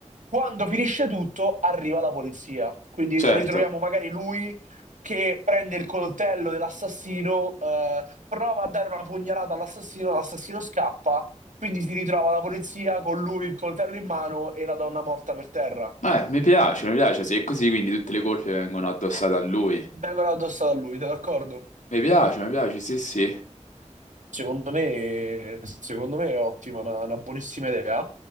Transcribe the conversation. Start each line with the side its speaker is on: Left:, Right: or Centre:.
Right: quando finisce tutto, arriva la polizia. Quindi
Left: certo.
Right: ritroviamo magari lui che prende il coltello dell'assassino, eh, prova a dare una pugnalata all'assassino, l'assassino scappa, quindi si ritrova la polizia con lui il coltello in mano e la donna morta per terra.
Left: Eh, mi piace, mi piace, sì, è così quindi tutte le colpe vengono addossate a lui.
Right: Vengono addosso a lui, te d'accordo?
Left: Mi piace, mi piace, sì, sì.
Right: Secondo me, secondo me è ottima, una, una buonissima idea.